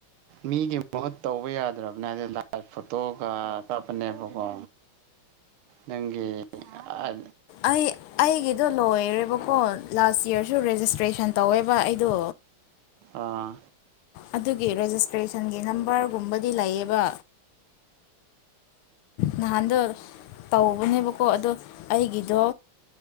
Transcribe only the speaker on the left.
ꯑꯩ ꯑꯩꯒꯤꯗꯣ ꯂꯣꯏꯔꯦꯕꯀꯣ ꯂꯥꯁ ꯌꯥꯔꯁꯨ ꯔꯦꯖꯤꯁꯇ꯭ꯔꯦꯁꯟ ꯇꯧꯋꯦꯕꯥ ꯑꯩꯗꯣ
ꯑꯗꯨꯒꯤ ꯔꯦꯖꯤꯁꯇ꯭ꯔꯦꯁꯟꯒꯤ ꯅꯝꯕꯔꯒꯨꯝꯕꯗꯤ ꯂꯩꯌꯦꯕꯥ ꯅꯍꯥꯟꯗꯣ ꯇꯧꯕꯅꯦꯕꯀꯣ ꯑꯗꯣ ꯑꯩꯒꯤꯗꯣ